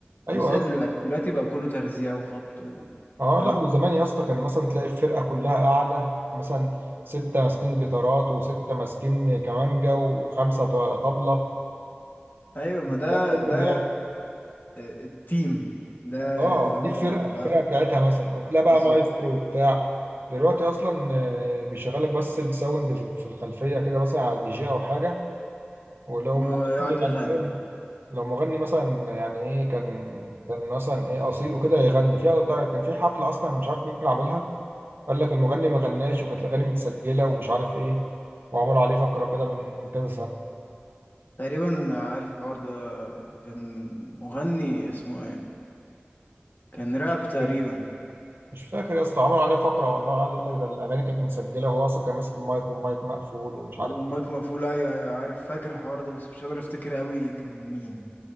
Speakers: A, on the right; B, on the left.
A: ايوه
B: مش زي
A: يا اسطى
B: دلوقتي دلوقتي بقى كله ترزيع وخبط و...
A: اه
B: فاهم
A: لا وزمان يا اسطى كان مثلا تلاقي الفرقه كلها قاعده مثلا سته ماسكين جيتارات وسته ماسكين كمانجا وخمسه ط- طبله
B: ايوه ما ده
A: لا كله
B: ده
A: بيعزف
B: آه، التيم ده
A: اه
B: اللي هو
A: دي الفرقه
B: فاهم
A: الفرقه بتاعتها مثلا وكلها
B: بالظبط
A: بقى مايسترو وبتاع دلوقتي اصلا آه، بيشغلك بس الساوند في في الخلفيه كده مثلا على دي جي او حاجه ولو
B: ويقعد
A: مغني
B: يغني
A: يعني ايه لو مغني مثلا يعني ايه كان كان مثلا ايه اصيل وكده يغني في قطع- كان في حفله اصلا مش عارف مين اللي عاملها قال لك المغني ما غناش وكانت الاغاني متسجله ومش عارف ايه وعملوا عليه فقره كده من من كذا سنه
B: تقريبا عارف الحوار ده كان مغني اسمه ايه كان راب تقريبا
A: كده. مش فاكر يا اسطى عملوا عليه فقره والله قعدوا يقول لك ده الاغاني كانت متسجله وهو اصلا كان ماسك المايك والمايك مقفول ومش
B: وماك
A: عارف ايه
B: مفعول ايوه ايوه عارف فاكر الحوار ده بس مش قادر افتكر قوي كان مين